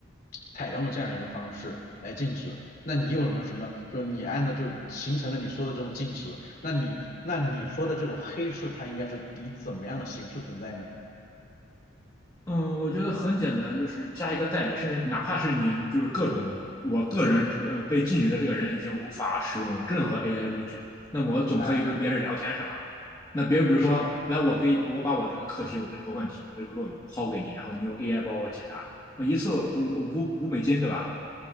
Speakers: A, on the left; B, on the left.
A: 采用了这样一个方式来禁止，那你有没有什么，就你按照就形成了你说的这种禁止，那你那你说的这种黑市，它应该是以怎么样的形式存在呢？
B: 嗯，我觉得很简单，就是加一个代理，甚至哪怕是你就是各种，我个人呃被禁语的这个人已经无法使用任何 AI 工具，那么我总可以跟别人聊天是吧？
A: 哎，
B: 那别人比如说，
A: 是的，
B: 来我给我把我这个课题、我的这个问题、我这个论文抛给你，然后你用 AI 帮我解答，我一次五五五美金，对吧？